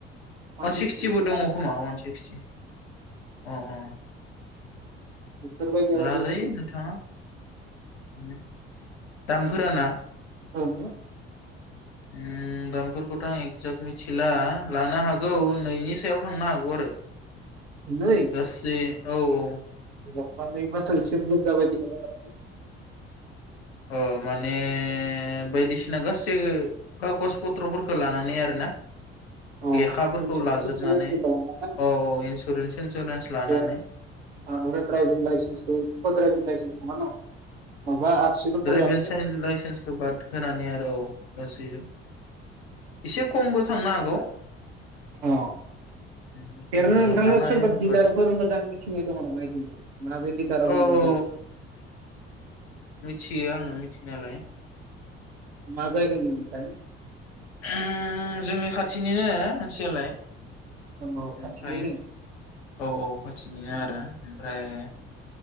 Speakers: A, on the right; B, on the left.
A: वान
B: अवान
A: सिक्सटिनि
B: सिक्सटिबो
A: सायाव
B: दङ खोमा अवान सिक्सटि। ओ ओ
A: बेफोरबायदियाव
B: लाजायो
A: <unintelligible>
B: नोंथाङा <unintelligible> दामफोराना
A: <unintelligible>
B: उम दामफोरखौथ आं एगजेक्ट मिथिला लानो हागौ नैनि सायाव थांनो हागौ आरो
A: नै
B: गासै औ औ
A: <unintelligible> एसे बुरजा बायदि मोनो माथो
B: अ माने बायदिसिना गासै खागज पत्रफोरखौ लानानै आरोना
A: अ
B: लेखाफोरखौ
A: इन्सुरेन्स
B: लाजोबनानै
A: इन्सुरेन्सफोर दं
B: औ औ इन्सुरेन्स इन्सुरेन्स लानानै
A: नालाय <unintelligible> द्राइभिं लाइन्स अ द्राइभिं लाइसेन्स नंङा न माबा आरसिफोरखौ
B: ड्राइभिं
A: लानांगोन
B: लाइसेन्सखौ बाद होनानै आरो औ गासैजों एसे खमबो थांनो हागौ
A: अ
B: जायखिजाया
A: एरनो नोंथांनाव
B: लानो
A: सोरबा
B: हायो नों
A: दिलारफोर
B: बाजेट
A: मोजां मिथिनाय दङ नामा बिदिनो मा बे दिडिलाराव
B: औ
A: मोजां
B: औ
A: जायो
B: थियो आङो मिथिनायालाय
A: माजायगानि मोनथाय
B: ओ जोंनि खाथिनिनो मानसियालाय
A: अ खाथिनिनो
B: ओमफ्राय औ औ खाथिनिनो आरो ओमफ्राय